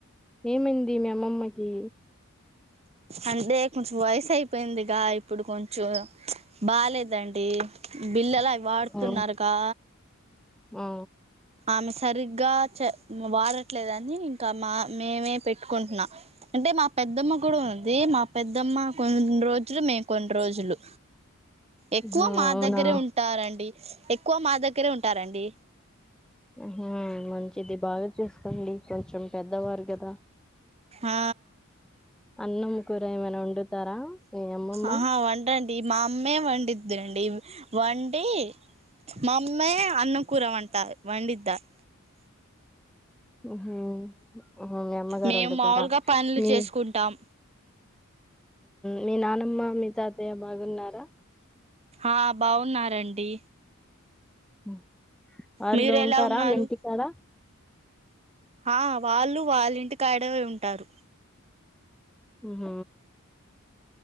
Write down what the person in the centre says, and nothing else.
ఏమైంది మీ అమ్మమ్మకి
ఆ ఆ
ఆ
అవునా
హా మంచిది. బాగా చూసు డి కొంచం పెద్ద వర్గద
అన్నం కురమన ఉం తారా మీ అమ్మమ్మ
మీ అమ్మగారు
వండుతారా.
మీ
మీ నానమ్మ మీ తాతయ్య బాగున్నారా?
హ వాళ్ళు
ఉంటారా.
మీ ఇంటికాడ
ఉహ